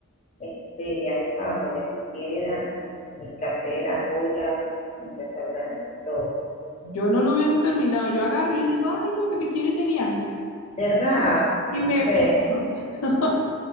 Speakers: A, on the left; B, on the left.
A: este, viajes para donde ella quisiera, mis carteras, joyas, mis restaurantes, todo.
B: Yo no lo hubiese terminado. Yo agarro y le digo, ay, no, que me quiero ir de viaje.
A: ¿verdad?
B: y
A: No
B: me
A: sé,
B: pierdo. <laughs>